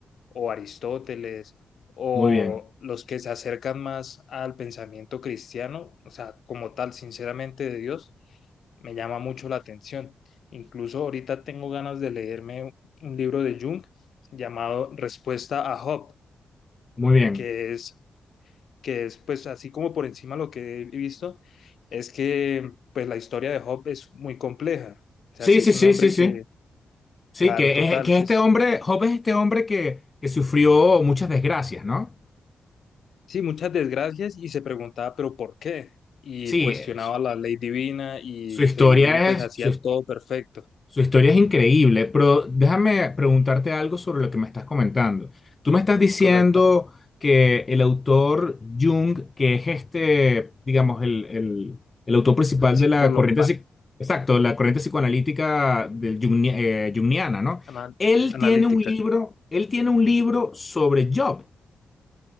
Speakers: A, on the left; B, on the left.
A: o Aristóteles o
B: muy bien,
A: los que se acercan más al pensamiento cristiano, o sea, como tal, sinceramente de Dios, me llama mucho la atención. Incluso ahorita tengo ganas de leerme un libro de Jung llamado Respuesta a Job,
B: muy bien.
A: que es que es pues así como por encima lo que he visto, es que pues la historia de Job es muy compleja. O sea,
B: Sí,
A: si
B: sí,
A: es
B: sí,
A: un hombre
B: sí, sí.
A: que,
B: Sí,
A: claro,
B: que
A: total,
B: es, que
A: sí,
B: es este
A: es-
B: hombre, Job es este hombre que, que sufrió muchas desgracias, ¿no?
A: sí, muchas desgracias y se preguntaba, pero ¿por qué? Y
B: Sí,
A: cuestionaba
B: es-
A: la ley divina y
B: su historia
A: según él pues
B: es,
A: hacía
B: su,
A: todo perfecto,
B: su historia es increíble, pero déjame preguntarte algo sobre lo que me estás comentando. Tú me estás diciendo
A: correcto,
B: que el autor Jung, que es este, digamos, el, el, el autor principal
A: <laughs> psicólogo,
B: de la corriente, psi- exacto, la corriente psicoanalítica del Jungni- eh, Jungniana, ¿no?
A: ana-
B: Él
A: analítica.
B: tiene un libro, él tiene un libro sobre Job.